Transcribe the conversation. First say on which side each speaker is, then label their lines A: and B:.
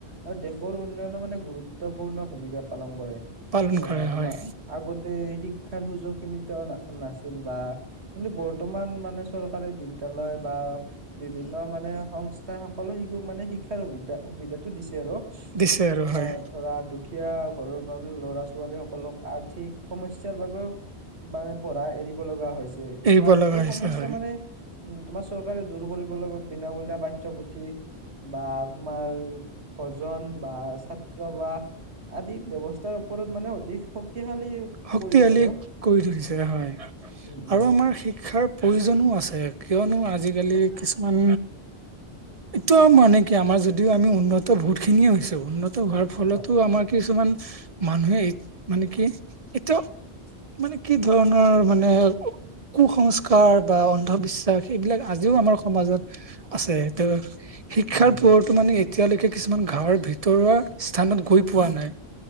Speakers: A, on the right; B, on the right.
A: আৰু দেশৰ উন্নয়নৰ মানে গুৰুত্বপূৰ্ণ ভূমিকা পালন কৰে
B: পালন
A: ত
B: কৰা
A: তোমাৰ
B: হয়।
A: আগতে শিক্ষাৰ সুযোগ সীমিত নাছিল বা কিন্তু বৰ্তমান মানে চৰকাৰী বিদ্যালয় বা বিভিন্ন মানে। ম সংস্থাই সকলো শিশুক মানে শিক সুবিধা সুবিধাতটো দিছে আৰু
B: দিছে আৰু
A: তোমাৰ
B: হয়
A: ধৰা দুখীয়া ঘৰৰ মানে ল'ৰা ছ ছোৱালী সকলক আৰ্থিক সমস্যাৰ বাবেও মানে পৰাৰা এৰিব লগা হৈছে
B: এৰিব
A: তোমাৰ
B: লগা
A: এই
B: হৈছে
A: সমস্যা
B: হয়
A: মানে উ তোমাৰ। চৰকাৰে দূৰ কৰিবলৈ বিনামূলীয়া পাঠ্যপুথি বা তোমাৰ ভজন বা ছাত্ৰ বাস আদি ব্যৱস্থাৰ ওপৰত মানে অধিক শক্তিশালী
B: শক্তিশালী
A: কৰিছে আৰু
B: কৰি তুলিছে হয়।
A: উম উম
B: আৰু আমাৰ শিক্ষাৰ প্ৰয়োজনো আছে কিয়নো আজিকালি কিছুমান এইটো মানে কি আমাৰ যদিও আমি উন্নত বহুত খিনিয়ে হৈছে উন্নত। হোৱাৰ ফলতো
A: হয়,
B: আমাৰ কিছুমান মানুহে মানে কি এটো মানে কি ধৰণৰ মানে। কুসংস্কাৰ বা অন্ধবিশ্বাস এইবিলাক আজিও আমাৰ সমাজত আছে ত শিক্ষাৰ
A: উম উম
B: পৰতো মানে এতিয়ালৈকে কিছুমান গাঁৱৰ ভিতৰুৱা স্থানত গৈ পোৱা নাই।